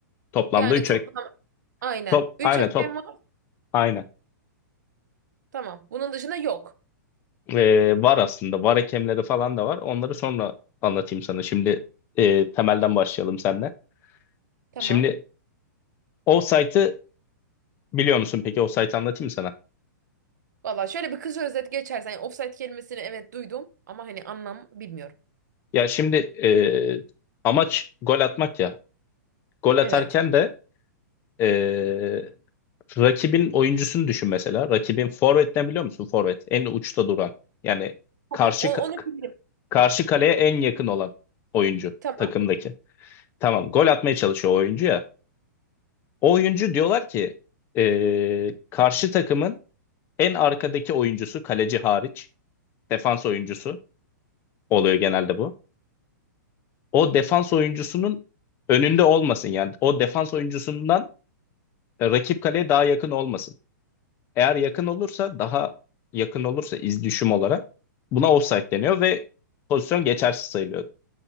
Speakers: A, on the left; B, on the right.
A: Toplamda
B: Yani
A: üç
B: toplam
A: hakem.
B: aynen.
A: Top,
B: üç
A: aynı
B: hakem
A: top.
B: var.
A: Aynı.
B: Tamam. Bunun dışında yok.
A: Ee, var aslında. Var hakemleri falan da var. Onları sonra anlatayım sana. Şimdi e, temelden başlayalım seninle.
B: Tamam.
A: Şimdi Offside'ı Biliyor musun peki offside'ı anlatayım sana.
B: Valla şöyle bir kısa özet geçersen. Yani offside kelimesini evet duydum ama hani anlam bilmiyorum.
A: Ya şimdi e, amaç gol atmak ya. Gol atarken
B: Evet.
A: de e, rakibin oyuncusunu düşün mesela. Rakibin forvet ne biliyor musun? Forvet en uçta duran. Yani
B: Tamam.
A: karşı
B: o- Onu bilirim.
A: karşı kaleye en yakın olan oyuncu
B: Tamam.
A: takımdaki. Tamam gol atmaya çalışıyor o oyuncu ya. O oyuncu diyorlar ki e, karşı takımın en arkadaki oyuncusu kaleci hariç defans oyuncusu oluyor genelde bu. o defans oyuncusunun önünde olmasın yani. O defans oyuncusundan e, rakip kaleye daha yakın olmasın. Eğer yakın olursa daha yakın olursa iz düşüm olarak buna offside deniyor ve pozisyon geçersiz sayılıyor.